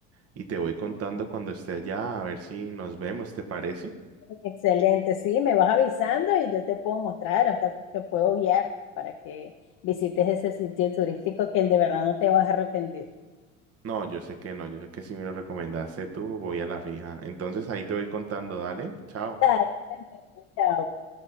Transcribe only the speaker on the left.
Excelente, sí, me vas avisando y yo te puedo mostrar, hasta te puedo guiar para que visites ese sitio turístico que de verdad no te vas a arrepentir.
Dale, perfecto, chao. pues.